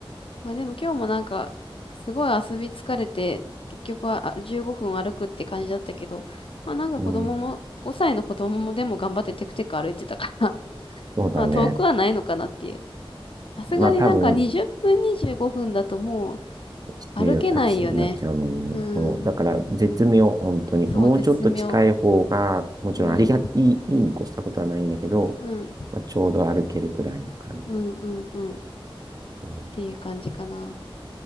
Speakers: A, on the left; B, on the right.
A: まあでも今日もなんか、すごい遊び疲れて、結局はあ15分歩くって感じだったけど、まあなんか子供も、
B: うん。
A: 5歳の子供もでも頑張ってテクテク歩いてたから <laughs>
B: そうだね。
A: まあ遠くはないのかなっていう。さすがになんか20分25分だともう
B: まあ、多分、きついよ、
A: 歩けないよね。
B: タクシーになっちゃうもんね。
A: うん。
B: そう。だから、絶妙、本当に。もうちょっと近い方が、
A: そう、絶妙。
B: もちろんありが、
A: うん。
B: いい、いいに越したことはないんだけど、
A: うん。
B: まあ、ちょうど歩けるくらいの感じだ。
A: うんうんうん。
B: うん、
A: ていう感じかな。